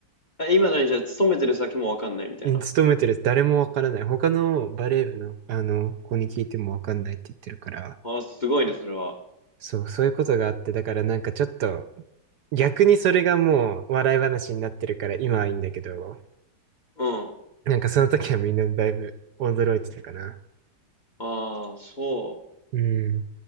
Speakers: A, on the left; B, on the right.
A: あ。え、今何じゃあ勤めてる先もわかんないみたいな。
B: な。勤めてる誰もわからない。他のバレー部の、あの、子に聞いてもわかんないって言ってるから、
A: あ、すごいね、それは。
B: そう、そういうことがあって、だからなんかちょっと、逆にそれがもう笑い話になってるから今はいいんだけど、
A: うん。
B: なんかその時はみんなだいぶ驚いてたかな。
A: ああ、そう。
B: うん。